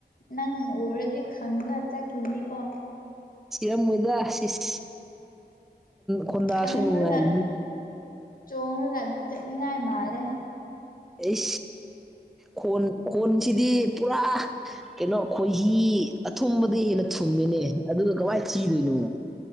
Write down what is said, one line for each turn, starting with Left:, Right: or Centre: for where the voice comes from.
Left: ꯅꯪ ꯎꯔꯗꯤ ꯈꯪꯒ ꯆꯠꯈꯤꯅꯤꯀꯣ
Centre: ꯁꯤꯔꯝꯃꯣꯏꯗ꯭ꯔ ꯁꯤꯁ ꯈꯣꯟꯗꯥꯑꯁꯨ
Left: ꯈꯪꯉꯒ
Centre: ꯅꯨꯡꯉꯥꯏ
Left: ꯆꯣꯡꯉꯒ ꯆꯠꯅꯤꯡꯉꯥꯏ ꯃꯥꯜꯂꯦ
Centre: ꯑꯩ ꯈꯣꯟ ꯈꯣꯟꯁꯤꯗꯤ ꯄꯨꯔꯥ ꯀꯩꯅꯣ ꯈꯣꯏꯍꯤ ꯑꯊꯨꯝꯕꯗ ꯍꯦꯟꯅ ꯊꯨꯝ ꯃꯤꯅꯦ ꯑꯗꯨꯒ ꯀꯃꯏ ꯆꯤꯗꯣꯏꯅꯣ